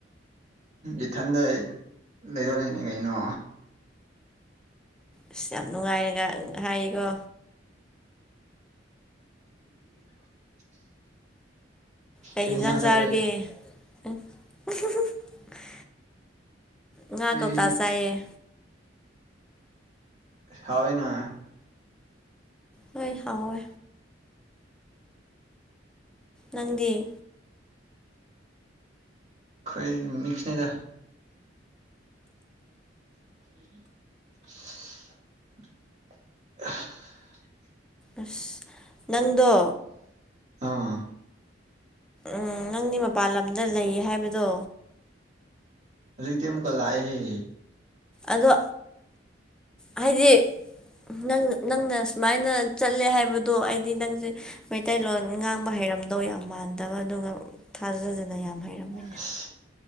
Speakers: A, on the right (about 40°); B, in the centre.
A: ꯏꯊꯟꯗ ꯂꯩꯔꯣ ꯂꯩꯅꯦ ꯀꯩꯅꯣ
B: ꯑꯁ ꯌꯥꯝ ꯅꯨꯡꯉꯥꯏꯔꯒ ꯍꯥꯏꯀꯣ
A: <unintelligible>
B: ꯀꯩ
A: ꯐꯅꯤ
B: ꯌꯦꯟꯖꯥꯡ
A: ꯁꯪꯁꯔꯦ
B: ꯆꯥꯔꯒꯦ <unintelligible> ꯉ
A: ꯑꯩ
B: ꯀꯧ ꯇꯁꯌꯦꯦ
A: ꯍꯅ
B: ꯍꯣꯏ ꯍꯋꯥ ꯅꯪꯗꯤꯦ
A: ꯀꯣꯏ ꯃꯁ ꯅ ꯊ <unintelligible> <unintelligible>
B: ꯑꯁ ꯅꯪꯗꯣ
A: ꯑꯥ
B: ꯎꯝ ꯅꯪꯗꯤ ꯃꯄꯥꯟ ꯂꯝꯗ ꯂꯩ ꯍꯥꯏꯕꯗꯣ
A: ꯑꯗꯨꯩꯇ ꯃꯨ ꯀꯂꯑꯍꯦ
B: ꯑꯗꯣ ꯍꯥꯏꯗꯤ ꯅꯪ ꯅꯪꯅ ꯁꯨꯃꯥꯏꯅ ꯆꯠꯂꯦ ꯍꯥꯏꯕꯗꯣ ꯑꯩꯗꯤ ꯅꯪꯁꯦ ꯃꯩꯇꯩꯂꯣꯟ ꯉꯥꯡꯕ ꯍꯩꯔ ꯑꯣꯏꯔꯝꯗꯧ ꯌꯥꯝ ꯃꯥꯟꯗꯕ ꯑꯗꯨꯒ ꯊꯥꯖꯖꯗꯅ ꯌꯥꯝ ꯍꯩꯔꯝꯃꯤꯅꯦ
A: ꯑꯁ